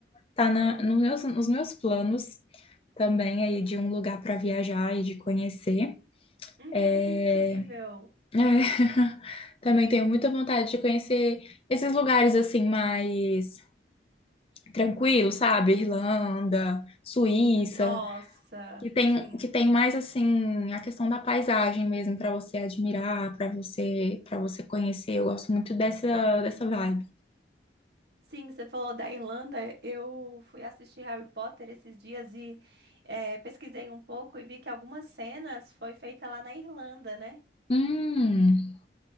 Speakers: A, on the left; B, on the right.
A: tá na, no meus, nos meus planos também aí de um lugar para viajar e de conhecer.
B: uhum,
A: É,
B: que incrível.
A: é, <laughs> também tenho muita vontade de conhecer esses lugares assim mais tranquilos, sabe? Irlanda, Suíça.
B: Nossa,
A: Que tem,
B: sim.
A: que tem mais assim a questão da paisagem mesmo para você admirar, para você, para você conhecer. Eu gosto muito dessa dessa vibe.
B: Sim, você falou da Irlanda. Eu fui assistir Harry Potter esses dias e eh, pesquisei um pouco e vi que algumas cenas foi feita lá na Irlanda, né?
A: Hum,